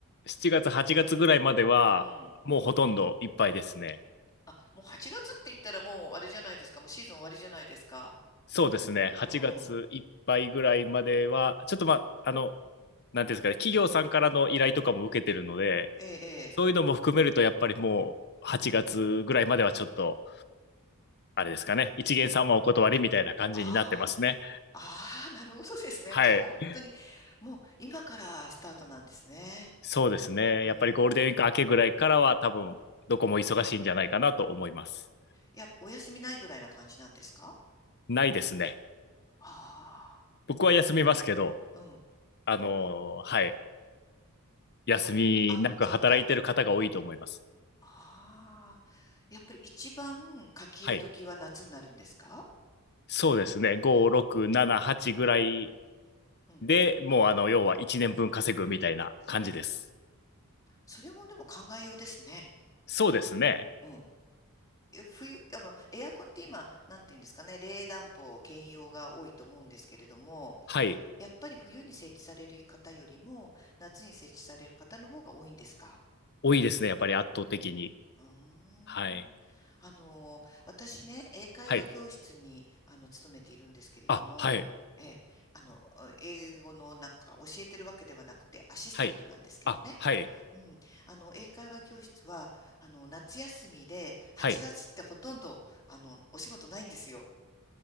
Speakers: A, on the left; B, on the left.
A: 7月、8月ぐらいまでは、
B: うん。
A: もうほとんどいっぱいですね。
B: あ、もう8月って言ったらもうあれじゃないですか。もうシーズン終わりじゃないですか。
A: そうですね。8月いっぱいぐらいまでは、
B: うん。
A: ちょっとまあ、あの、なんていうんですかね、企業さんからの依頼とかも受けてるので、
B: ええ、ええ。
A: そういうのも含めると、やっぱりもう8月ぐらいまではちょっと、あれですかね、
B: あー
A: 一元さんはお断りみたいな感じになってますね。
B: あー、あーなるほどですね。
A: はい。
B: じゃあもう本当に、もう今からスタートなんですね。
A: そうですね。
B: うーん。
A: やっぱりゴールデンウィーク明けぐらいからは、多分、どこも忙しいんじゃないかなと思います。
B: いや、お休みないぐらいな感じなんですか
A: ないですね。
B: あ
A: 僕は休みますけど、
B: あー、うん。
A: あのーはい。休みなく働いてる方が多いと思います。
B: あ、そっか。ああ、やっぱり一番書き入れ時は夏になるんですか
A: はい。そうですね。5、6、7、8ぐらい
B: うん、
A: で、もうあの、
B: うん。
A: 要は1年分稼ぐみたいな感じです。
B: それもでも考えようですね。
A: そうですね。
B: なんか。うん。え冬、あの、エアコンって今、なんていうんですかね、冷暖房兼用が多いと思うんですけれども、
A: はい。
B: やっぱり冬に設置される方よりも、夏に設置される方の方が多いんですか
A: 多いですね。やっぱり圧倒的に。
B: うーん。
A: はい。
B: あの、私ね、英会話教室に、
A: はい。
B: あの、勤めているんですけれども、
A: あ、はい。
B: ええ、あの、英語のなんか教えてるわけではなくて、アシスタントなんですけどね。
A: はい。あ、はい。
B: うん。あの、英会話教室は、あの、夏休みで、8月ってほとんど、
A: はい。
B: あの、お仕事ないんですよ。